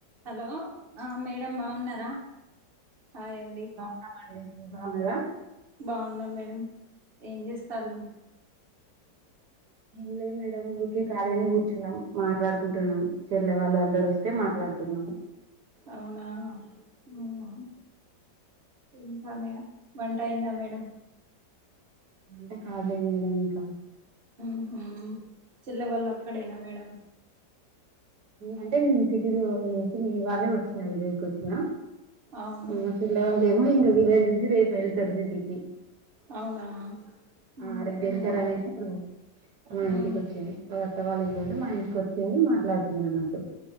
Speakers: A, on the right; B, on the right.
A: Hello madam బాగున్నారా hi అండి.
B: కామండి మీరు బావున్నారా.
A: బాగున్నామ్ మేడం ఏం చేస్తారు
B: ఏం లేదు మేడమ్. ఊరికే ఖాళీగనే కూర్చున్నాం మాట్లాడుకుంటున్నాము చెల్లే వాళ్ళు అందరూ వస్తే మాట్లాడుతున్నామ
A: అవునా ఉహు. ఇంకా మేడం వంట అయిందా మేడం.
B: వంట కాలేదు మేడం ఇంకా.
A: ఉహు చిల్లె వాళ్ళు అక్కడేన మేడం.
B: అంటే మేము సిటీలో నుంచి ఇవాళే వచ్చిన ఈ రోజుకి వచ్చిన.
A: అవునా
B: మా చెల్ల వల్లఏమో ఇంగా విలేజ్ నుంచి రేపు వెళ్తారు సిటీకి.
A: అవునా
B: ఆ
A: ఉహు
B: ఆడ దిగుతరనేసి అప్పుడు మా
A: ఉ
B: ఇంటికి ఓచ్చింది. వాళ్ళ అత్త వాళ్ళ ఇంట్లోంటే మా ఇంటికి వచ్చింది మాట్లాడుతుంది అన్నట్టు